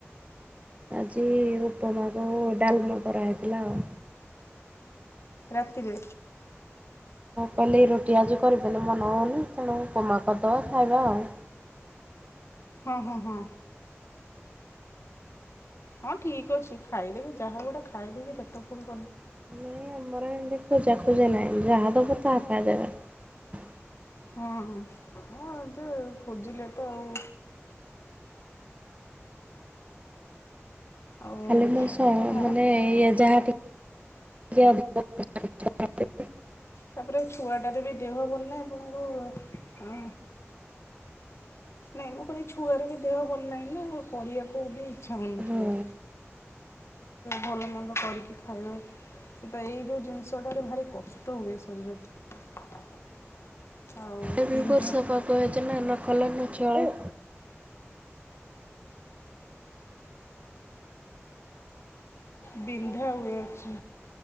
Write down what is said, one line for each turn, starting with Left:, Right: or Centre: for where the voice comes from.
Right: ଆଜି ଉପମା କୁ ଡାଲେମା କରାହେଇଥିଲା ଆଉ।
Left: ରାତିରେ
Right: କହିଲେ ରୁଟି ଆଜି କରିଗଲେ ମନେ ହେଉନି ତେଣୁ ଉପମା କରିଦେବା ଖାଇବା ଆଉ।
Left: ହଁ ହଁ ହଁ। ହଁ ଠିକ ଅଛି। ଖାଇଦେଇକି ଯାହା ଗୋଟେ ଖାଇଦେଇକି ପେଟ ପୁରେଇବା।
Right: ନାହିଁ ଆମର ହେନ୍ତି ଖୁଜାଖୁଜି ନାହି ଯାହାଦବ ତାହା ଖାଇଦେବେ।
Left: ହଁ ହଁ ଖୋଜିଲେ ତ ଆଉ ଆଉ
Right: ଖାଲି ମୋ ସହ
Left: ନା
Right: ଏମାନେ ଇଏ ଜାହାଟି <unintelligible>
Left: ତାପରେ ଛୁଆଟାର ବି ଦେହ ଭଲ ନାହିଁ। ଆପଣଙ୍କୁ ହ ନାଇଁ ମୁଁ କହିଲି ଛୁଆର ବି ଦେହ ଭଲ ନାହିଁ ନା କରିବାକୁ ବି ଇଚ୍ଛା ହେଉନଥିବ।
Right: ହଁ
Left: ଭଲ ମନ୍ଦ କରିକି ଖାଇବାକୁ ସେଇତ ଏଇ ଯୋଉ ଜିନିଷଟାରେ ଭାରି କଷ୍ଟ ହୁଏ ଶରୀରକୁ ଆଉ
Right: ଏବେବର୍ଷା
Left: ବିନ୍ଧା
Right: ପାାଗ ହେଇଥିଲା ନ କଲେ ନ ଚଳେ।
Left: ବିନ୍ଧା ହୁଏ ଅଛି।